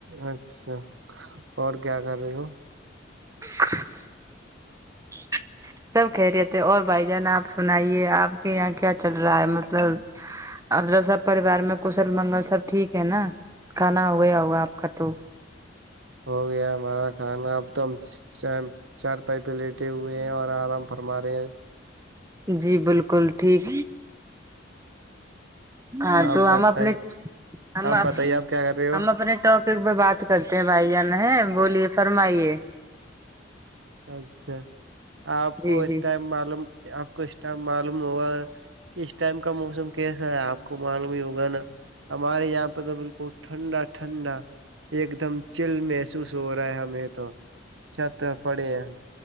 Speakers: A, on the right; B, on the right.
A: اچھا اور کیا کر رہی ہو
B: <unintelligible> سب کہہ رہے تھے اور بھائی جان آپ سنائیے آپ کے یہاں کیا چل رہا ہے مطلب اور سب پریوار میں کشل منگل سب ٹھیک ہے نا کھانا ہو گیا ہوگا آپ کا تو
A: ہو گیا ہمارا کھانا اب تو سیم چر پائپیں لیٹے ہوئے ہیں اور آرام فرما رہے ہیں
B: جی بالکل ٹھیک ہاں
A: آپ
B: تو ہم
A: بتائی
B: اپنے ہم
A: آپ بتائیے آپ کیا کر رہے ہو
B: ہم اپنے ٹپ ایک ب بات کرتے ہیں بھائی جان ہے بولیے فرمائیے
A: اچھا آپ
B: جی
A: کو اس
B: جی
A: ٹائم معلوم آپ کو اس ٹائم معلوم ہوگا اس ٹائم کا موسم کیسا ہے آپ کو معلوم ہی ہوگا نا ہمارے یہاں پہ تو بالکل ٹھنڈا ٹھنڈا ایک دم چل میں محسوس ہو رہا ہے ہمیں تو چھت پڑے ہیں